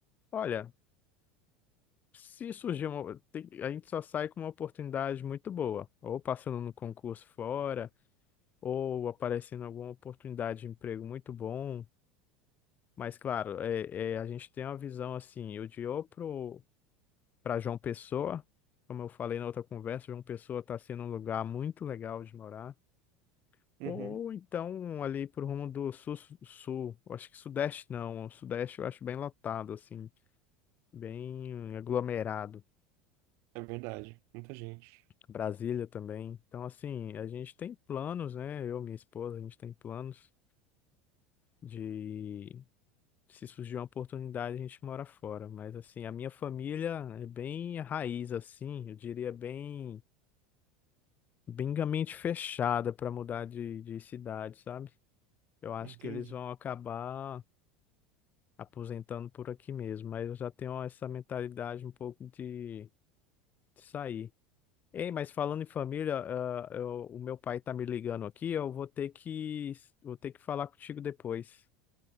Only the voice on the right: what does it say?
Uhum,
é verdade. Muita gente.
Entendi.